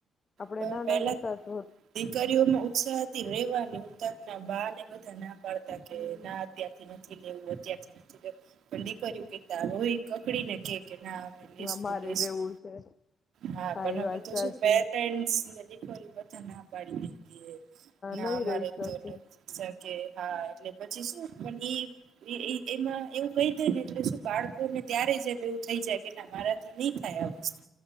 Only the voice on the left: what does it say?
આપણેે
નાના
હતા તો
હમ
અમારે
રેવું છે
એ
વાત
સાચી
નહી
રહી શકે